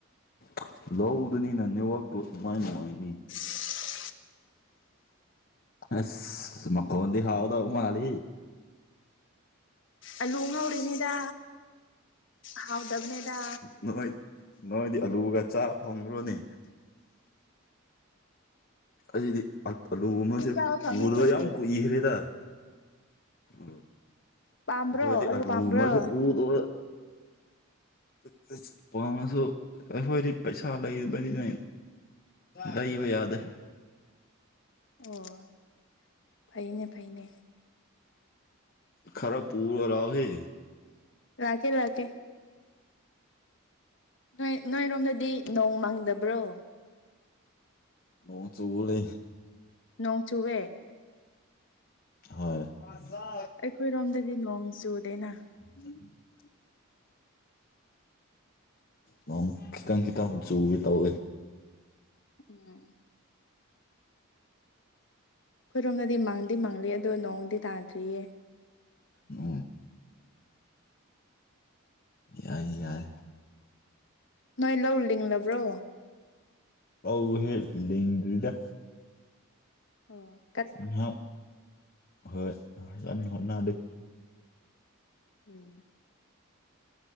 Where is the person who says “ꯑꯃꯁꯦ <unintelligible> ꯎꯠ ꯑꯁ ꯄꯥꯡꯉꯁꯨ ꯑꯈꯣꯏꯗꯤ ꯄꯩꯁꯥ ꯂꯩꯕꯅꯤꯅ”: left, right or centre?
Left